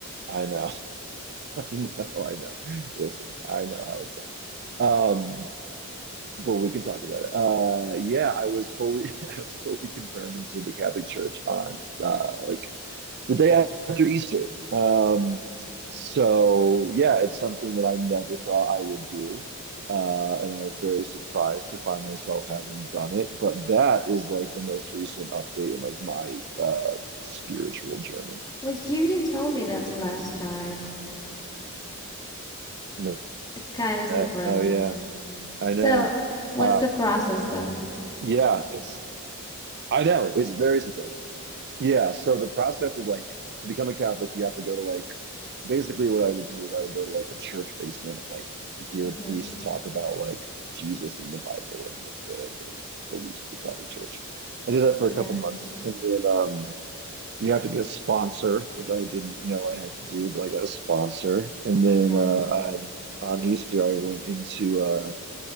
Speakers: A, on the right; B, on the left.
A: I know, <laughs> I know, I know. Listen, I know how it sounds. Um, but we can talk about it. Uh, yeah, I was fully, <laughs> I was fully confirmed into the Catholic Church on uh, like the day after Easter. Um, so yeah, it's something that I never thought I would do. Uh, and i was very surprised to find myself having done it. But that is like the most recent update in like my uh spiritual journey.
B: Well, you didn't tell me that the last time.
A: No,
B: It's kind of surprising.
A: no, oh yeah, I
B: So,
A: know.
B: what's
A: Uh,
B: the process though?
A: yeah, it's I know it's very surprising. Yeah, so the process is like to become a Catholic, you have to go to like basically what I would do is I would go to like a church basement and like hear
B: Mm-hmm.
A: priests talk about like Jesus and the Bible and like the the beliefs of the Catholic Church. I did that
B: Okay.
A: for a couple months, and then um you have to get a sponsor, which I didn't know I had to do, but I got a sponsor, and then
B: Okay.
A: uh, on on Easter I went into uh,